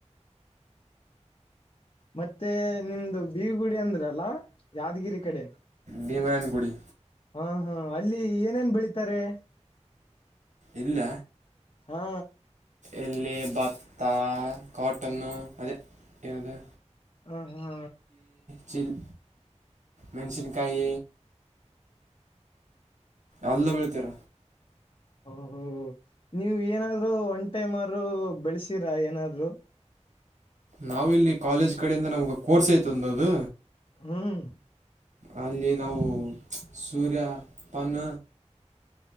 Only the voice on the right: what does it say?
ಭೀಮರಾಯನ್ಗುಡಿ.
ಇಲ್ಲ
ಎಲ್ಲಿ ಭತ್ತ ಕಾಟನ್ನು ಅದೇ ಇರದು.
ಚಿಲ್ ಮೆಣಸಿನ್ಕಾಯಿ. ಎಲ್ಲ ಬೆಳಿತಾರ.
ನಾವಿಲ್ಲಿ ಕಾಲೇಜ್ ಕಡೆಯಿಂದ ನಮ್ಗ ಕೋರ್ಸ್ ಐತ್ ಒಂದದು.
ಅಲ್ಲಿ ನಾವು ಸೂರ್ಯ ಪನ್ನ